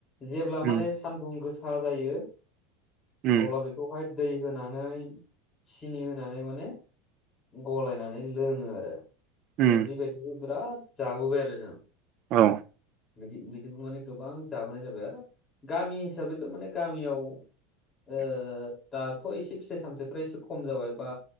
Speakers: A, on the left (about 15°); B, on the right (about 35°).
A: जेब्ला
B: उम
A: माने- सान्दुं गोसा जायो
B: उम
A: अब्ला बे- बेहाय दै होनानै सिनि होनानै माने गलायनानै मे लोङो आरो माने
B: उम
A: बेबायदिखौ बिराद जाबोबाय आरो जों
B: औ
A: बिदि बिदिनो गोबां जाबोनाय जाबाय आरो गामि हिसाबैथ' माने गामियाव ओ दाथ' एसे फिथाइ सामथायाइफ्रा एसे खम जाबाय बा